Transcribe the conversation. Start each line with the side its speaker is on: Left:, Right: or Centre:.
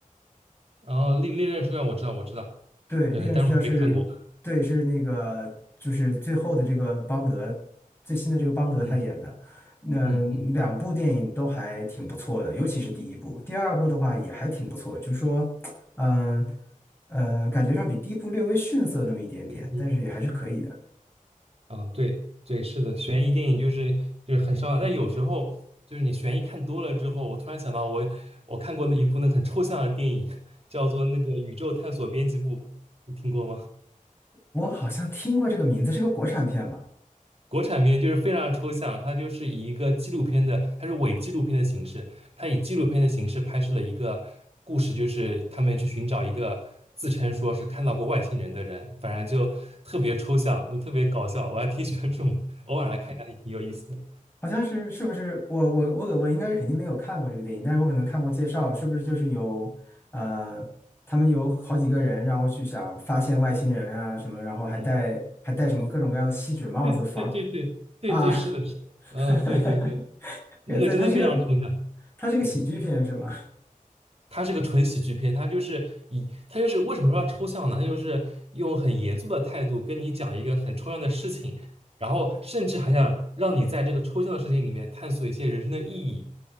Right: 哦，《利利刃出鞘》我知道我知道，
Left: 对，
Right: 嗯，
Left: 《利刃出鞘》是，
Right: 但是我没看过，
Left: 对，是那个就是最后的这个邦德，最新的这个邦德他演的，
Right: 嗯
Left: 那两部电影都还挺不错的，
Right: 嗯嗯。
Left: 尤其是第一部，第二部的话也还挺不错，就是说，嗯呃，感觉上比第一部略微逊色那么一点点，
Right: 嗯嗯，
Left: 但是也还是可以的。
Right: 嗯，对对，是的，悬疑电影就是就是很烧脑，但有时候就是你悬疑看多了之后，我突然想到我我看过的一部那个很抽象的电影，叫做那个《宇宙探索编辑部》，你听过吗？
Left: 我好像听过这个名字，是个国产片吧？
Right: 国产片就是非常抽象，它就是以一个纪录片的，它是伪纪录片的形式，它以纪录片的形式拍摄了一个故事，就是他们去寻找一个自称说是看到过外星人的人，反正就特别抽象，就特别搞笑，我还挺喜欢这种，偶尔来看一下也挺有意思的。
Left: 好像是，是不是？我我我我应该是肯定没有看过这个电影，但是我可能看过介绍，是不是就是有呃，他们有好几个人，然后去想发现外星人啊什么，然后还戴还戴什么各种各样的锡纸帽子防
Right: 嗯，对对对对对对，
Left: 啊，
Right: 是的，是的，嗯，
Left: <laughs>
Right: 对对对，那个真的非常抽象，
Left: 对，它它是个它是个喜剧片是吗？
Right: 嗯，它是个纯喜剧片，它就是以它就是为什么说抽象呢？它就是用很严肃的态度跟你讲一个很抽象的事情，然后甚至还想让你在这个抽象的事情里面探索一些人生的意义，